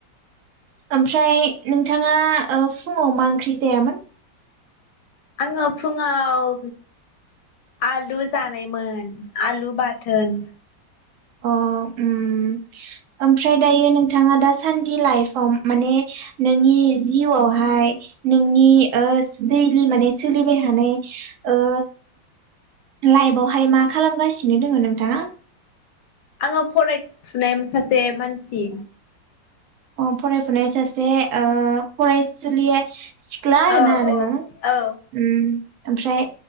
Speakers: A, on the right (about 80°); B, on the left (about 70°).
A: ओमफ्राय नोंथाङा फुङाव ओ मा ओंख्रि जायामोन?
B: आङो फुङाव आलु जानायमोन आलु बाथोन
A: अ उम ओमफ्राय दायो नोंथाङा दा सान्दि लाइफआव माने नोंनि जिउआवहाय नोंनि ओ दैलि माने सोलिबाय थानाय ओ लाइफआवहाय मा खालामगासिनो दोङो नोंथाङा?
B: आङो फरायफुनाय सासे मानसि
A: अ फरायफुनाय सासे ओ फरायसुलिया सिख्ला आरो
B: औ
A: ना
B: औ
A: नोङो
B: औ
A: ओमफ्राय